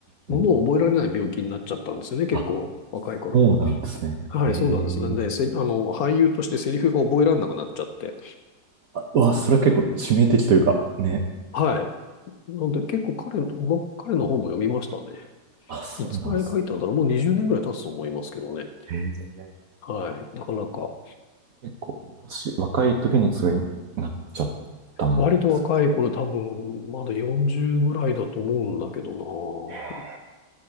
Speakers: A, on the right; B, on the left.
A: うんうん、
B: ものを覚えられない病気になっちゃったんですよね、結構若い頃に。
A: あ、そうなんですね。
B: はい、
A: へえ。
B: そうなんです。なんで、せ、あの、俳優としてセリフが覚えられなくなっちゃって。
A: うわ、それは結構致命的というか、ね。
B: はい。なんで結構彼の、ま彼の本も読みましたね。
A: あ、そうなんですね。
B: いつくらいに書いたんだろう。もう20年ぐらい経つと思いますけどね。
A: へえ。
B: はい。なかなか。
A: 結構昔、若い時にそれになっちゃったんですか
B: 割と若い頃多分、まだ40ぐらいだと思うんだけどな。
A: ええ